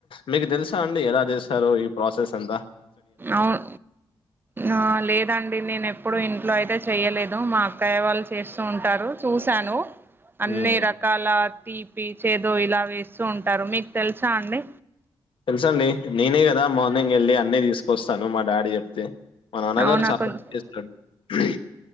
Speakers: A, on the left (about 70°); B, on the right (about 25°).
A: మీకు తెలుసా అండి ఎలా చేస్తారు ఈ ప్రాసెస్ అంత
B: అవును ఆ లేదండి నేను ఎప్పుడు ఇ ఇట్లా అయితే చెయ్యలేదు మా అక్కయ్య వాళ్ళు చేస్తూ ఉంటారు చూసాను. అన్నీ
A: మ్మ్
B: రకాల తీపి చేదో ఇలా వేస్తూ ఉంటారు మీకు తెలుసా అండి
A: తెలుస అండి నేనే కదా మార్నింగ్ వెళ్ళి అన్నీ తీసుకొస్తాను మా డాడీ చెప్తే మా నాన్నగారు
B: అవునా
A: చాలా
B: కొంచెం
A: బ చేస్తాడు టే